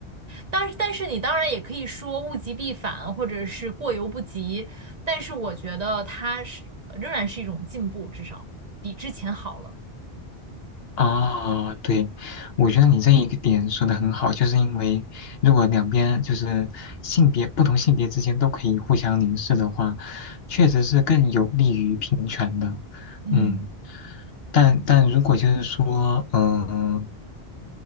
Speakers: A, on the right; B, on the left.
A: 但是，但是你当然也可以说物极必反，或者是过犹不及，但是我觉得它是仍然是一种进步，至少比之前好了。
B: 啊，对，我觉得你这一个点说的很好，就是因为如果两边就是性别不同性别之间都可以互相凝视的话，确实是更有利于平权的。
A: 嗯，
B: 嗯。但但如果就是说，嗯